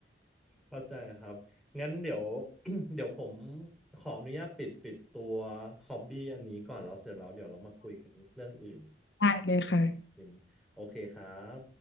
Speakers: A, in the centre; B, on the left.
A: เข้าใจครับ งั้นเดี๋ยว <clears throat> เดี๋ยวผมขออนุญาตปิดปิดตัวฮอบบี้อันนี้ก่อนแล้วเสร็จแล้วเดี๋ยวเรามาคุยกันเรื่องอื่น
B: <laughs> ได้เลยค่ะ
A: นะครับพิมโอเคครับ